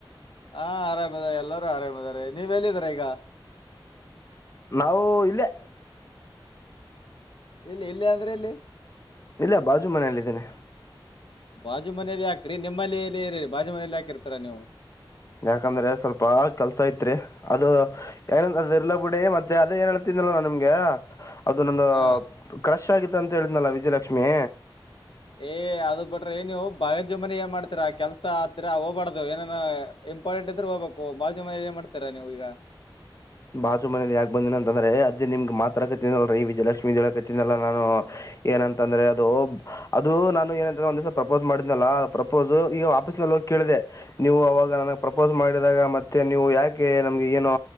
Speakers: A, on the left (about 75°); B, on the left (about 35°).
A: ಹಾ ಆರಾಮ್ ಇದಾರೆ ಎಲ್ಲರೂ ಆರಾಮ್ ಅದಾರೆ ನೀವ್ ಎಲ್ಲಿದರ ಈಗ
B: ನಾವು ಇಲ್ಲೇ
A: ಇಲ್ಲಿ ಎಲ್ಲಿ ಅಂದ್ರೆ ಎಲ್ಲಿ
B: ಇಲ್ಲ ಬಾಜು ಮನೆಯಲ್ಲಿದ್ದೇನೆ
A: ಬಾಜು ಮನೇಲಿ ಯಾಕ್ರಿ ನಿಮ್ಮಲ್ಲಿ ಮನೆಯಲ್ಲಿ ಇರಿ ಬಾಜು ಮನೇಲಿ ಹಾಕಿರ್ತರಾ ನೀವು
B: ಯಾಕಂದ್ರೆ ಸ್ವಲ್ಪ ಕೆಲ್ಸ ಐತ್ರಿ ಅದು ಏನ ಎರ್ಲ್ಲ ಪುಡಿ ಮತ್ತೆ ಅದೇ ಏನ್ ಹೇಳ್ತಿಂದಲ್ಲ ನಿಮ್ಗ ಅದು ನಂದು
A: ಹಾ
B: ಕ್ರಶ್ ಆಗಿತ್ತು ಅಂತ ಹೇಳಿದ್ನಲ್ಲ ವಿಜಯಲಕ್ಷ್ಮಿ
A: ಏ ಅದ್ ಬಿಟ್ರಿ ಏ ನೀವು ಬಾಜು ಮನೇಲಿ ಏನ್ ಮಾಡ್ತೀರಾ ಕೆಲ್ಸ ಹತ್ತೀರ ಹೋಗಬಾರಡ್ದ್ ಏನೇನ ಇಂಪಾರ್ಟೆಂಟ್ ಇದ್ರ ಹೋಗ್ಬೇಕು ಬಾಜು ಮನೆ ಏನ್ ಮಾಡ್ತೀರಾ ನೀವು ಈಗ
B: ಬಾಸು ಮನೆಯಲ್ಲಿ ಯಾಕ ಬಂದೀನ ಅಂತ ಅಂದ್ರೆ ನಿಮಗೆ ಮಾತ್ರ ಕತೀನಲ್ರೀ ವಿಜಯಲಕ್ಷ್ಮಿ ದೇಳ ಕತೀನಲ್ಲ ನಾನು ಏನಂತಂದ್ರೆ ಅದು ಅದು ನಾನು ಏನಂದ್ರೆ ಒಂದ್ ದಿವಸ ಪ್ರಪೋಸ್ ಮಾಡಿದ್ನಲ್ಲ ಪ್ರಪೋಸ್ ಈಗ ವಾಪಸ್ ನಲ್ಲಿ ಹೋಗಿ ಕೇಳಿದೆ ನೀವು ಅವಾಗ ನನಗ್ ಪ್ರಪೋಸ್ ಮಾಡಿದಾಗ ಮತ್ತೆ ನೀವು ಯಾಕೆ ನಮ್ಗೆ ಏನು